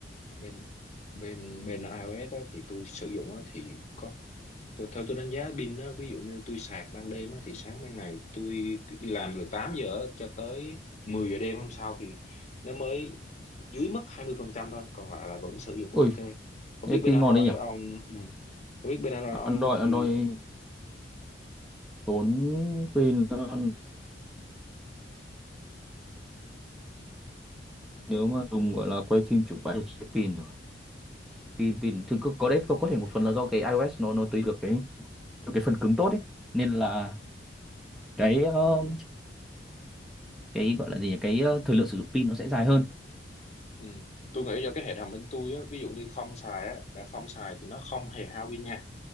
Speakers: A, on the left; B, in the centre.
A: bên bên bên iOS á, thì tôi sử dụng á, thì có tôi theo tôi đánh giá pin á, ví dụ như tôi sạc ban đêm á, thì sáng ban ngày tôi đi làm từ 8 giờ á, cho tới 10 giờ đêm hôm sau thì nó mới dưới mất 20% thôi còn lại là vẫn sử dụng
B: ôi
A: ok có
B: cái
A: biết bên
B: pin
A: Android
B: ngon đấy nhỉ
A: ông ừ, có biết bên Android ông
B: Android
A: thì
B: Android Tốn pin hơn. nếu mà dùng, gọi là, quay phim chụp ảnh chết pin rồi. Pin pin thực có đấy có có thể một phần là do cái iOS nó nó tùy được cái cái phần cứng tốt ấy, nên là cái, ơ, cái, gọi là gì nhỉ, cái, ơ, thời lượng sử dụng pin nó sẽ dài hơn.
A: ừ, tôi nghĩ do cái hệ thống bên tôi á, ví dụ như không xài á, đã không xài thì nó không hề hao pin nha